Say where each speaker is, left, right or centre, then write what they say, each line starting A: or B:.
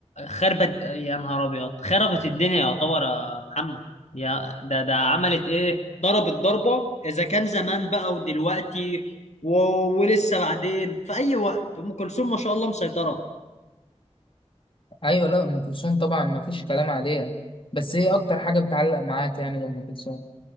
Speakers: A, on the left; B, on the left.
A: خربت يا نهار ابيض خربت الدنيا يعتبر يا محمد يا ده ده عملت ايه ضربت ضربة اذا كان زمان بقى ودلوقتي و... ولسه بعدين في اي وقت ام كلثوم ما شاء الله مسيطرة
B: أيوة لا أم كلثوم طبعا مفيش كلام عليها بس إيه أكتر حاجة بتعلق معاك يعني لأم كلثوم